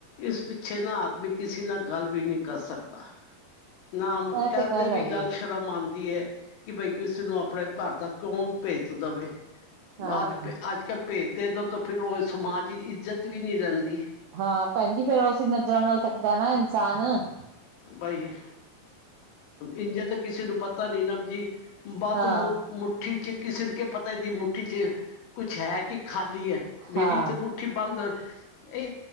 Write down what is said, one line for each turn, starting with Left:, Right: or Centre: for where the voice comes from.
Left: ਇਸ ਪਿੱਛੇ ਨਾ ਆਦਮੀ ਕਿਸੇ ਨਾਲ ਗੱਲ ਵੀ ਨਹੀਂ ਕਰ ਸਕਦਾ ਨਾ
Right: ਇਹ
Left: ਕਦੇ
Right: ਤੇ
Left: ਵੀ
Right: ਹੈਗੀ
Left: ਗੱਲ
Right: ਹੈ।
Left: ਸ਼ਰਮ ਆਨ ਕਿ ਬਈ ਕਿਸੇ ਨੂੰ ਆਪਣੇ ਘਰ ਦਾ ਕੌਣ ਭੇਤ ਦੇਵੇ
Right: ਹਾਂ
Left: ਆਜ ਕੱਲ ਭੇਜ ਦੇ ਦਿਉ ਤਾਂ ਫਿਰ ਉਹ ਸਮਾਜ ਦੀ ਇੱਜ਼ਤ ਵੀ ਨਹੀਂ ਰਹਿੰਦੀ
Right: ਹਾਂ ਭੈਣ ਜੀ ਫੇਰ ਅਸੀਂ ਨਜ਼ਰਾਂ ਨਾਲ ਤੱਕਦਾ <unintelligible>
Left: ਬਾਈ ਇੰਝੇ ਤੇ ਕਿਸੇ ਨੂੰ ਪਤਾ ਨੀ ਨਾ ਜੀ ਬੰਧ
Right: ਹਾਂ
Left: ਮੁੱਠੀ ਚ ਕਿਸੇ ਨੂੰ ਕਿ ਪਤਾ ਦੀ ਮੁੱਠੀ ਚ ਕੁੱਛ ਹੈ ਕਿ ਖਾਲੀ ਹੈ ਮੇਰੀ
Right: ਹਾਂ
Left: ਤੇ ਮੁੱਠੀ ਬੰਦ ਇਹ